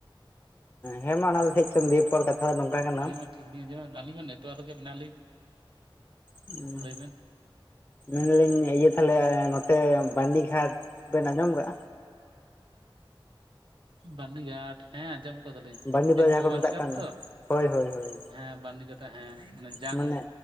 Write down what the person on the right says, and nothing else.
ᱚ,
ᱟᱹᱞᱤᱧᱢᱟ ᱴᱷᱤᱠ ᱞᱤᱧ ᱟᱸᱡᱚᱢᱮᱫ ᱟᱹᱞᱤᱧᱢᱟ ᱱᱮᱴᱳᱣᱟᱨᱠ ᱨᱮᱜᱮ ᱢᱮᱱᱟᱜ ᱞᱤᱧ
ᱞᱟᱹᱭ ᱵᱮᱱ
ᱵᱟᱹᱨᱱᱤᱜᱷᱟᱴ ᱦᱮᱸ ᱟᱸᱡᱚᱢ ᱠᱟᱫᱟᱞᱤᱧ
ᱛᱮᱞᱠᱩᱯᱤ
ᱵᱟᱹᱨᱱᱤᱜᱷᱟᱴ
ᱛᱚ,
ᱦᱮᱸ ᱵᱟᱸᱨᱱᱤᱜᱷᱟᱴ ᱦᱮᱸ ᱡᱟᱝ